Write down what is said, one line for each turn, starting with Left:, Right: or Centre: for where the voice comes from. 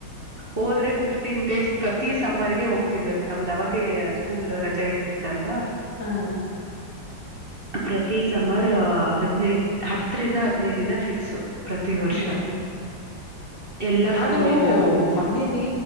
Right: ಹೋದ್ರೆ ಫಿಫ್ಟೀನ್ ಡೇಸ್ ಪ್ರತಿ ಸಮ್ಮರ್ಗೆ ಹೋಗ್ತಿದ್ವ ನಮ್ದ್ ಅವಾಗ ಸ್ಕೂಲ್ ರಜಾ ಇರ್ತಿತ್ತ ಅಲ್ವಾ
Left: ಹಾ
Right: ಪ್ರತಿ ಸಮರ್ ಹದ್ನೈದ ಹತ್ತರಿಂದ ಹದ್ನೈದು ದಿನ ಫಿಕ್ಸ್ ಪ್ರತಿ ವರ್ಷ
Left: ಹ್ಮ್
Right: ಎಲ್ಲಾ ಫ್ಯಾಮಿಲಿ
Left: ಆದ್ರೂ
Right: ಎಲ್ಲಾರೂ ಹೋಗ
Left: ಮನೇಲಿ